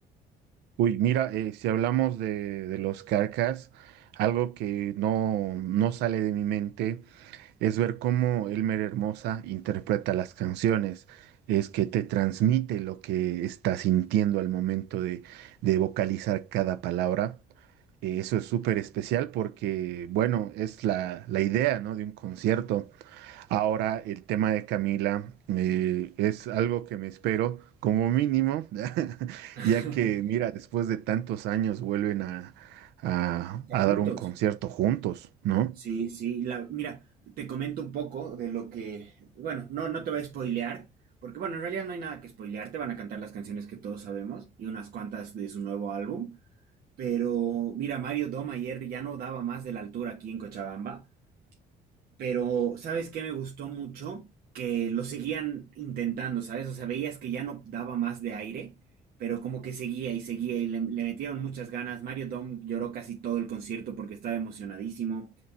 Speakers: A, on the right; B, on the right.
A: Uy, mira, eh, si hablamos de, de los Carcas, algo que no, no sale de mi mente. Es ver cómo Elmer Hermosa interpreta las canciones, es que te transmite lo que está sintiendo al momento de, de vocalizar cada palabra. Eh, eso es súper especial porque, bueno, es la, la idea, ¿no? de un concierto. Ahora, el tema de Camila eh, es algo que me espero como mínimo, <laughs>
B: <laughs>
A: ya que, mira, después de tantos años vuelven a, a
B: Estar
A: a
B: juntos.
A: dar un concierto juntos, ¿no?
B: Sí, sí, la, mira, te comento un poco de lo que, bueno, no, no te voy a spoilear, porque bueno, en realidad no hay nada que spoilear, te van a cantar las canciones que todos sabemos y unas cuantas de su nuevo álbum, pero mira, Mario Dom ayer ya no daba más de la altura aquí en Cochabamba, pero ¿sabes qué me gustó mucho? Que lo seguían intentando, ¿sabes? O sea, veías que ya no daba más de aire, pero como que seguía y seguía y le, le metieron muchas ganas. Mario Dom lloró casi todo el concierto porque estaba emocionadísimo.